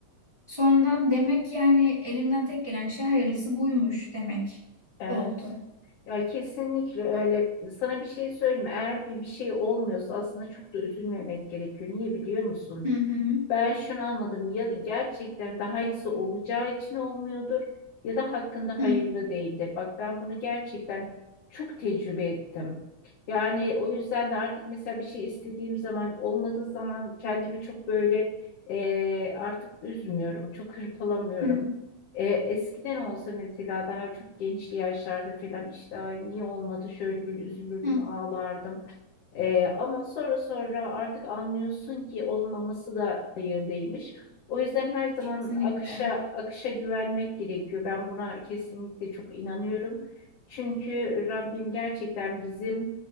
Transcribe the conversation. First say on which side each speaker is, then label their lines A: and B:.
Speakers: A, on the right (about 20°); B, on the left (about 65°).
A: Sonradan demek ki yani elimden tek gelen şey hayırlısı buymuş demek
B: Evet.
A: oldu.
B: Ya kesinlikle öyle. Sana bir şey söyleyeyim mi? Eğer bir, bir şey olmuyorsa aslında çok da üzülmemek gerekiyor. Niye biliyor musun?
A: Hı hı,
B: Ben şunu anladım. Ya gerçekten daha iyisi olacağı için olmuyordur ya da hakkında
A: hı
B: hayırlı değildir. Bak ben bunu gerçekten çok tecrübe ettim. Yani o yüzden de artık mesela bir şey istediğim zaman olmadığı zaman kendimi çok böyle e, artık üzmüyorum. Çok hırpalamıyorum.
A: hı,
B: E, eskiden olsa mesela daha çok gençli yaşlarda falan işte "Ay, niye olmadı şöyle bir üzülürdüm
A: hı.
B: ağlardım. Ee, ama sonra sonra artık anlıyorsun ki olmaması da hayırlıymış. O yüzden her zaman
A: Kesinlikle.
B: akışa akışa güvenmek gerekiyor. Ben buna kesinlikle çok inanıyorum. Çünkü Rabbim gerçekten bizim